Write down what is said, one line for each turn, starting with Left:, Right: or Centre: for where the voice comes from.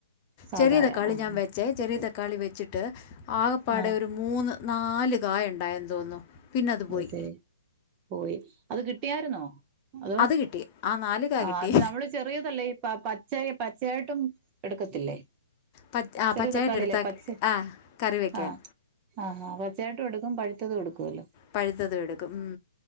Right: സാധായ
Left: ചെറിയ തക്കാളി
Right: ആഹ്
Left: ഞാൻ വെച്ചേ ചെറിയ ത തക്കാളി വെച്ചിട്ട് ആകപ്പാടെ
Right: ആഹ്
Left: ഒരു മൂന്ന് നാല് കായ ഉണ്ടായെന്ന് തോന്നുന്നു പിന്നെ അതുപോയി
Right: അത് ശരി പോയി അത് കിട്ടിയാരുന്നോ അതോ
Left: അത് കിട്ടി ആ നാല് കായ
Right: ആ
Left: കിട്ടി
Right: അത് നമ്മള് ചെറിയതല്ലേ ഈ പ ചെറിയ പച്ചയായിട്ടും എടുക്കത്തില്ലേ
Left: പച്ച ആ
Right: ചെറിയ
Left: പച്ചയായിട്ടെടുത്ത
Right: തക്കാളില്ലേ പച്ച
Left: ആ കറി വെക്കാൻ
Right: ആഹ ആ ആ പച്ചയായിട്ടും എടുക്കും പഴുത്തതും എടുക്കുവല്ലോ
Left: പഴുത്തത് എടുക്കും മ്